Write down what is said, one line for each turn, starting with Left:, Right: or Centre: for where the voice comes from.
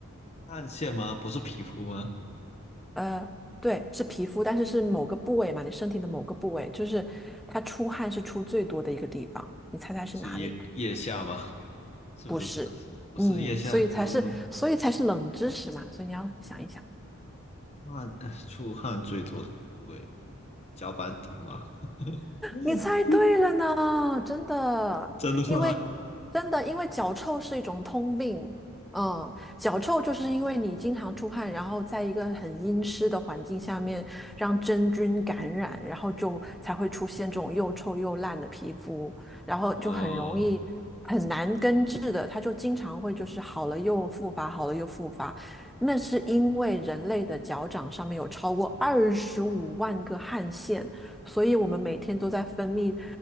Left: 汗腺吗？不是皮肤吗？
Centre: 呃，对，是皮肤，但是是某个部位嘛，你身体的某个部位，就是它出汗是出最多的一个地方，你猜猜是哪里？
Left: 是腋腋下吗？是不是？
Centre: 不是，
Left: 不是腋下？
Centre: 嗯，所以才是，
Left: 嗯，
Centre: 所以才是冷知识嘛，所以你要想一想。
Left: 汗，呃出汗最多的部位，脚板底吗？<laughs>
Centre: 你猜对了呢，真的，
Left: 真的吗？
Centre: 因为真的，因为脚臭是一种通病。嗯，脚臭就是因为你经常出汗，然后在一个很阴湿的环境下面，让真菌感染，然后就才会出现这种又臭又烂的皮肤，然后就很容易很难根治的，
Left: 哦。
Centre: 它就经常会就是好了又复发，好了又复发。那是因为人类的脚掌上面有超过二十五万个汗腺。所以我们每天都在分泌